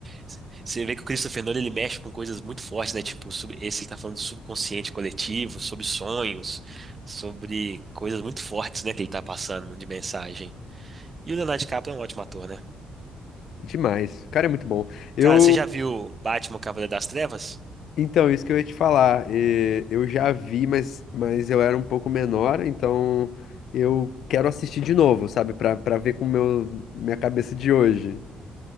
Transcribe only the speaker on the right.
C- Você vê que o Christopher Nolan ele mexe com coisas muito fortes, né? Tipo, sobre esse que tá falando do subconsciente coletivo, sobre sonhos, sobre coisas muito fortes, né? Que ele tá passando de mensagem. E o Leonardo DiCaprio é um ótimo ator, né?
Cara, você já viu Batman, o Cavaleiro das Trevas?